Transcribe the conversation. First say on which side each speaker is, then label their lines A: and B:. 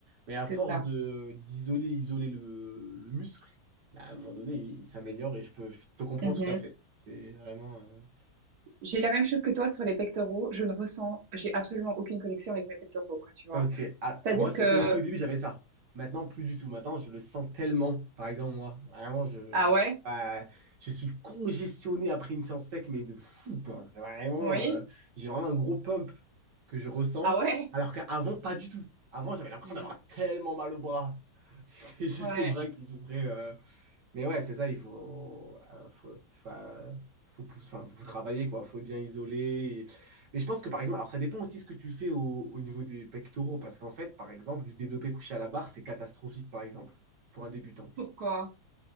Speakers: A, on the right; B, on the right.
A: Mais à force
B: c'est ça.
A: de d'isoler, isoler le, le muscle, bah, à un moment donné, il, il s'améliore et je peux, je te comprends
B: Mhm.
A: tout à fait. C'est vraiment. euh,
B: J'ai la même chose que toi sur les pectoraux. Je ne ressens, j'ai absolument aucune connexion avec mes pectoraux, quoi, tu vois.
A: Ok. Ah,
B: C'est-à-dire
A: moi, c'était
B: que,
A: aussi au début, j'avais ça. Maintenant, plus du tout. Maintenant, je le sens tellement. Par exemple, moi, vraiment, je,
B: ah ouais,
A: ah, je suis congestionné après une séance tech, mais de fou, quoi. C'est vraiment,
B: oui,
A: euh, j'ai vraiment un gros pump que je ressens,
B: ah ouais,
A: alors qu'avant, pas du tout. Avant, j'avais l'impression
B: hmm,
A: d'avoir tellement mal au bras. <laughs> C'était juste
B: ouais,
A: les bras qui s'ouvraient. Mais ouais, c'est ça, il faut, euh, faut, enfin, faut, pou- enfin, faut travailler, quoi. Faut bien isoler. et- Mais je pense que, par exemple, alors ça dépend aussi ce que tu fais au, au niveau des pectoraux, parce qu'en fait, par exemple, du développé couché à la barre, c'est catastrophique, par exemple, pour un débutant.
B: pourquoi?